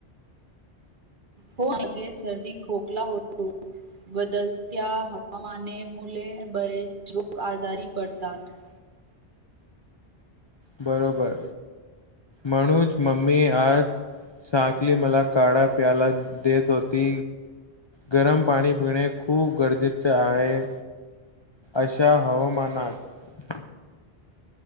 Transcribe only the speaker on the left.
बरोबर. म्हणूनच मम्मी आज साकली मला काढा प्यायला देत होती, गरम पाणी पिणे खूप गरजेचे आहे. अशा हवामानात